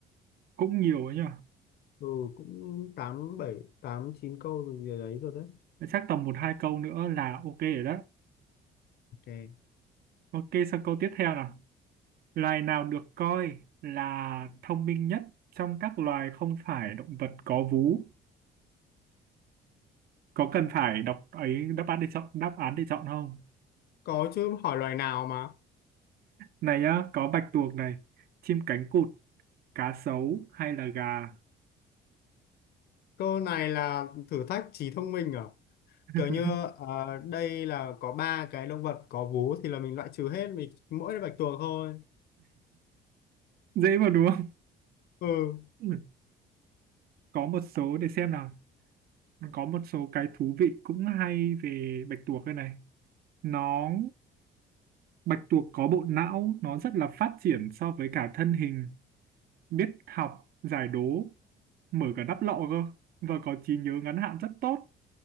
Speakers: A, on the right (about 65°); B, on the left (about 70°).
A: cũng nhiều rồi nhỉ
B: ừ cũng tám bảy tám chín câu rồi gì đấy rồi đấy
A: chắc tầm một hai câu nữa là ok rồi đó
B: ok
A: ok sang câu tiếp theo nào Loài nào được coi là thông minh nhất trong các loài không phải động vật có vú? Có cần phải đọc ấy đáp án để chọn đáp án để chọn không?
B: có chứ hỏi loài nào mà
A: Này á, có bạch tuộc này, chim cánh cụt, cá sấu hay là gà?
B: câu này là thử thách trí thông minh à
A: <laughs>
B: kiểu như ờ, đây là có ba cái động vật có vú thì là mình loại trừ hết mình mỗi bạch tuộc thôi
A: Dễ mà đúng không?
B: ừ
A: Ừ. Có một số để xem nào. Có một số cái thú vị cũng hay về bạch tuộc đây này. Nó bạch tuộc có bộ não nó rất là phát triển so với cả thân hình biết học giải đố mở cả đắp lọ cơ và có trí nhớ ngắn hạn rất tốt